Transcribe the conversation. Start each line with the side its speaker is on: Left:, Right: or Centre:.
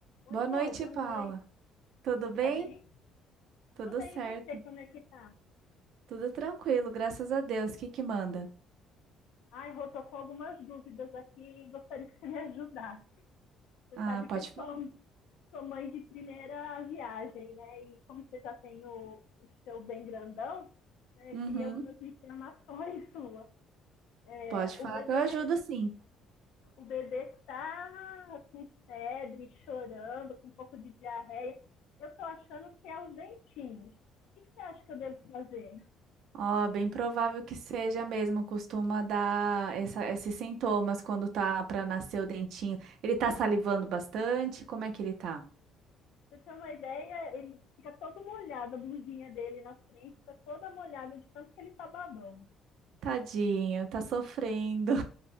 Left: Oi,
Right: Boa
Left: Rô,
Right: noite,
Left: boa
Right: Paula.
Left: noite.
Right: Tudo
Left: Você
Right: bem?
Left: tá bem?
Right: Tudo
Left: Tô bem,
Right: certo,
Left: e você, como é que tá?
Right: tudo tranquilo, graças a Deus. O que que manda?
Left: Ai, Rô, tô com algumas dúvidas aqui e gostaria que você me ajudasse. Você
Right: Ah,
Left: sabe
Right: pode
Left: que eu
Right: falar?
Left: sou, sou mãe de primeira viagem, né? E como você já tem o, o seu bem grandão, né, eu
Right: Uhum,
Left: queria algumas informações <laughs> suas. É,
Right: pode falar
Left: o bebê,
Right: que eu ajudo sim.
Left: o bebê tá com febre, chorando, com um pouco de diarreia. Eu tô achando que é os dentinhos. O que que você acha que eu devo fazer?
Right: Ó, bem provável que seja mesmo, costuma dar essa- esses sintomas quando tá pra nascer o dentinho. Ele tá salivando bastante? Como é que ele tá?
Left: Pra você ter uma ideia, ele fica todo molhado, a blusinha dele na frente está toda molhada de tanto que ele está babando.
Right: Tadinho, tá sofrendo.